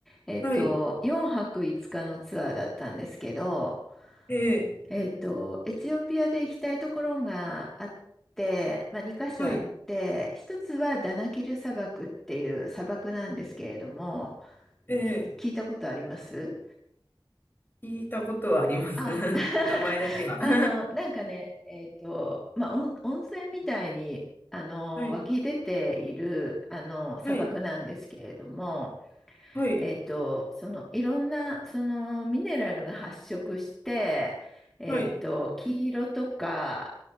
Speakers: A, in the centre; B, on the left.
A: えっと、
B: はい。
A: 4泊5日のツアーだったんですけど、
B: ええ
A: えっと、エチオピアで行きたいところがあって、まあ、2箇所あって、
B: はい。
A: 一つはダナキル砂漠っていう砂漠なんですけれども、
B: ええ
A: 聞い、聞いたことあります
B: 聞いたことはあります。
A: あ、
B: <laughs>
A: <laughs>
B: 名前だけは。
A: あの、
B: <laughs>
A: なんかね、えっと、まあ、温温泉みたいに、あの、
B: はい。
A: 湧き出ている、あの、砂漠なんですけれども、
B: はい。はい。
A: えっと、そのいろんなそのミネラルが発色して、えっと、
B: はい。
A: 黄色とか